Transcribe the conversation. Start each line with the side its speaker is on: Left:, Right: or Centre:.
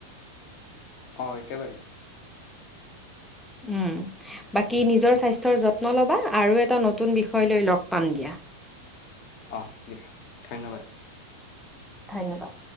Left: উ <unintelligible> অ' একেবাৰে।
Centre: ওম বাকী নিজৰ স্বাস্থ্যৰ যত্ন ল'বা, আৰু এটা নতুন বিষয় লৈ লগ পাম দিয়া।
Left: অঁ দিয়া ধন্যবাদ।
Centre: ধন্যবাদ।